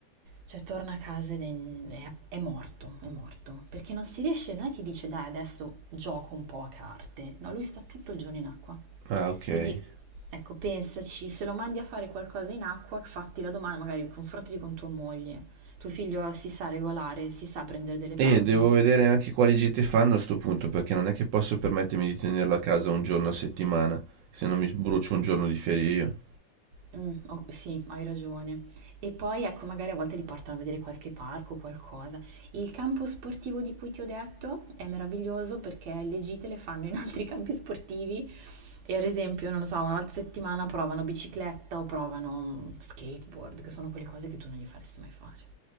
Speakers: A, on the right; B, on the right.
A: cioè torna a casa ed è, è- è morto, è morto. Perché non si riesce, non è che dice dai adesso gioco un po' a carte. No, lui sta tutto il giorno in acqua.
B: Ah, ok.
A: Quindi ecco, pensaci, se lo mandi a fare qualcosa in acqua, fatti la domanda, magari confrontati con tua moglie. Tuo figlio si sa regolare, si sa prendere delle
B: E
A: pause?
B: devo vedere anche quali gite fanno a sto punto, perché non è che posso permettermi di tenerlo a casa un giorno a settimana, se non mi sbrucio un giorno di ferie io.
A: Mh, o sì, hai ragione. E poi, ecco, magari a volte li portano a vedere qualche parco o qualcosa. Il campo sportivo di cui ti ho detto è meraviglioso perché le gite le fanno in altri <laughs> campi sportivi e ad esempio, non lo so, una volta a settimana provano bicicletta o provano, mhmm, skateboard, che sono quelle cose che tu non gli faresti mai fare.